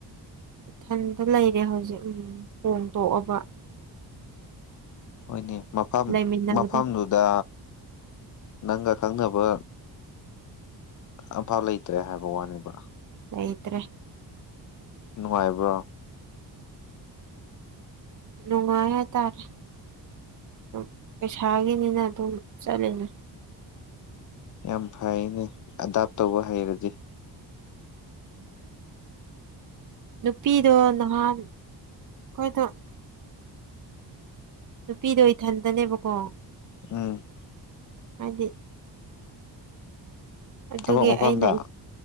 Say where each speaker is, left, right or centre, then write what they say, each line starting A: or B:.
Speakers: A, on the right; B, on the left.
A: ꯏꯊꯟꯗ ꯂꯩꯔꯦ ꯍꯧꯖꯤꯛ ꯍꯣꯡ ꯇꯣꯛꯑꯕ
B: ꯍꯣꯏꯅꯦ ꯃꯐꯝ
A: ꯂꯩꯃꯤꯟꯅꯕꯗꯣ
B: ꯃꯐꯝꯗꯨꯗ ꯅꯪꯒ ꯈꯪꯅꯕ ꯑꯝꯐꯥ ꯂꯩꯇ꯭ꯔꯦ ꯍꯥꯏꯕ ꯋꯥꯅꯦꯕ
A: ꯑꯩꯇ꯭ꯔꯦ
B: ꯅꯨꯡꯉꯥꯏꯕ꯭ꯔꯣ
A: ꯅꯨꯡꯉꯥꯏ ꯇꯔ ꯝ ꯄꯩꯁꯥꯒꯤꯅꯤꯅ ꯑꯗꯨꯝ ꯆꯠꯂꯤꯅꯦ
B: ꯌꯥꯝ ꯐꯩꯅꯦ ꯑꯗꯥꯞ ꯇꯧꯕ ꯍꯩꯔꯗꯤ
A: ꯅꯨꯄꯤꯗꯣ ꯅꯍꯥꯟ ꯑꯩꯈꯣꯏꯗ ꯅꯨꯄꯤꯗꯣ ꯏꯊꯟꯗꯅꯦꯕꯀꯣ
B: ꯎꯝ
A: ꯍꯥꯏꯗꯤ ꯑꯗꯨꯒꯤ
B: ꯊꯕꯛ ꯃꯐꯝꯗ
A: ꯑꯩꯅ